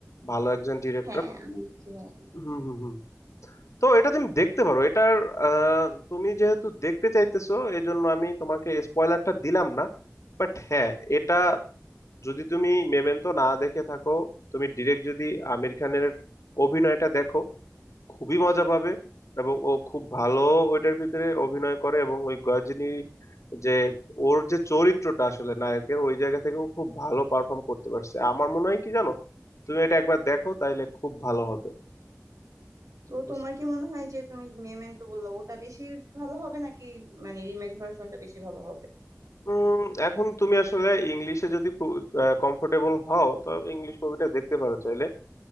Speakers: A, on the left (about 65°); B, on the right (about 80°).
A: ভালো একজন ডিরেক্টর
B: হ্যাঁ আমি চিনি এটা।
A: হুম হুম হুম তো এটা তুমি দেখতে পারো এটার আহ, তুমি যেহেতু দেখতে চাইতেছো এজন্য আমি তোমাকে স্পয়লারটা দিলাম না বাট হ্যাঁ এটা যদি তুমি মেমেন্টো না দেখে থাকো তুমি ডিরেক্ট যদি আমির খানের অভিনয়টা দেখো খুবই মজা পাবে এবং ও খুব ভালো ওইটার ভিতরে অভিনয় করে এবং ওই গজনী যে ওর যে চরিত্রটা আসলে নায়কের ওই জায়গা থেকে ও খুব ভালো পারফর্ম করতে পারছে আমার মনে হয় কি জানো তুমি এটা একবার দেখো তাইলে খুব ভালো হবে
B: তো
A: বুঝতে-
B: তোমার কি মনে হয় যে তুমি মেমেন্টো বললো ওটা বেশি ভালো হবে নাকি মানে রিমেক ভার্সনটা বেশি ভালো হবে
A: উম, এখন তুমি আসলে ইংলিশে যদি খুব কমফোর্টেবল হও তো ইংলিশ মুভিটা দেখতে পারো চাইলে